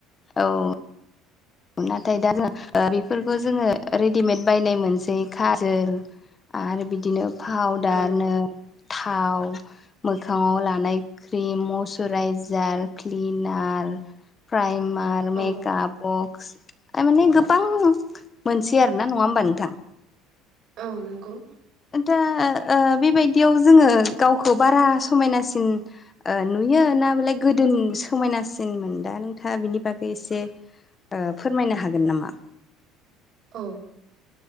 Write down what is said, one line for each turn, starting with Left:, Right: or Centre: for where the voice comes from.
Left: औ। नाथाय दा जोङो बेफोरखौ जोङो रेडिमेद बायनाय मोनसै खाजोल आरो बिदिनो पावदारनो
Right: औ
Left: थाव मोखाङाव लानाय क्रिम मयचुराइजार क्लिनार प्राइमा आरो मेकआप
Right: औ
Left: बक्स थामाने गोबां मोनसे आरोना नङा होमबा नोंथां।
Right: औ नंगौ।
Left: दा बेबायदियाव जोङो गावखौ बारा समायनासिन ओ नुयो ना बेलाय गोदो समायनासिनमोन दा नोंथाङा बिनि बागै एसे आ फोरमायनो हागोन नामा
Right: औ